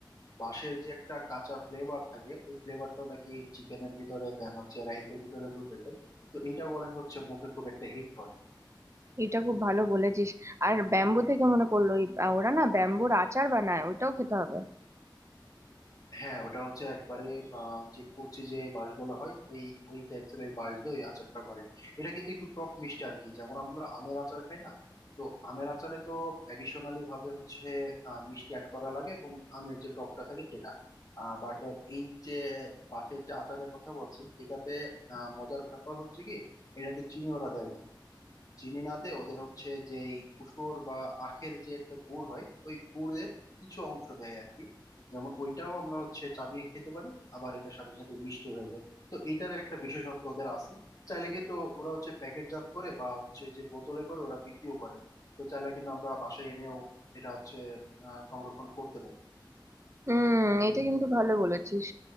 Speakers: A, on the left (about 45°); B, on the right (about 35°).
A: বাঁশের যে একটা কাঁচা ফ্লেভার থাকে ওই ফ্লেভারটাও নাকি চিকেনের ভিতরে দেন হচ্ছে রাইসের ভিতরে ঢুকে যায় তো এটা বলে হচ্ছে মুখে খুব একটা হিট করে
B: এটা খুব ভালো বলেছিস আর ব্যাম্বু থেকে মনে পড়লো ওই- ওরা না ব্যাম্বুর আচার বানায় ওইটাও খেতে হবে
A: হ্যাঁ ওটা হচ্ছে একবারে আহ, যে কচি যে বাঁশগুলো হয় ওই ওই টাইপের ওই বাঁশ দিয়ে ওই আচারটা করে এটা কিন্তু একটু টক মিষ্টি আর কি যেমন আমরা আমের আচার খাই না তো আমের আচারে তো এডিশনালি ভাবে হচ্ছে আহ, মিষ্টি অ্যাড করা লাগে এবং আমের যে টকটা থাকে সেটা বাট এই যে বাঁশের যে আচারের কথা বলছি এটাতে আহ, মজার ব্যাপার হচ্ছে কি এটাতে চিনি ওরা দেয় না চিনি না দে ওদের হচ্ছে যে এই কুসুর বা আখের যে একটা গুড় হয় ওই গুড়ের কিছু অংশ দেয় আর কি যেমন ওইটাও আমরা হচ্ছে চাবিয়ে খেতে পারি আবার এটার সাথে সাথে মিষ্টি হয়ে যায় তো এটার একটা বিশেষত্ব ওদের আছে চাইলে কিন্তু ওরা হচ্ছে প্যাকেটজাত করে বা হচ্ছে যে বোতলে করে ওরা বিক্রিও করে তো চাইলে কিন্তু আমরা বাসায় এনেও এটা হচ্ছে আহ সংরক্ষণ করতে পারি
B: হুম এটা কিন্তু ভালো বলেছিস